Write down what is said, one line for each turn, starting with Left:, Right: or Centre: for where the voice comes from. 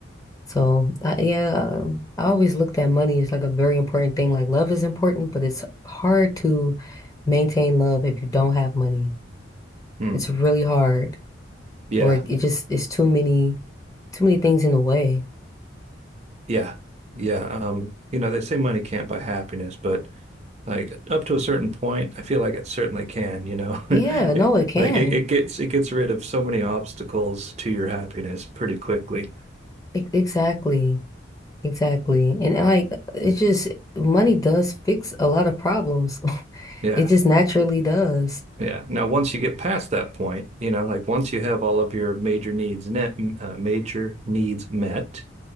Left: So I, yeah, um, I always looked at money as like a very important thing. Like love is important, but it's hard to maintain love if you don't have money.
Right: Hmm.
Left: It's really hard,
Right: Yeah.
Left: or it just it's too many too many things in the way.
Right: Yeah. Yeah. Um, you know, they say money can't buy happiness, but like up to a certain point, I feel like it certainly can, you know. <laughs>
Left: Yeah,
Right: It,
Left: no, it can.
Right: like it, it gets it gets rid of so many obstacles to your happiness pretty quickly.
Left: E- exactly. Exactly. And uh, like it's just money does fix a lot of problems. <laughs>
Right: Yeah.
Left: It just naturally does.
Right: Yeah. Now, once you get past that point, you know, like once you have all of your major needs net, uh, major needs met,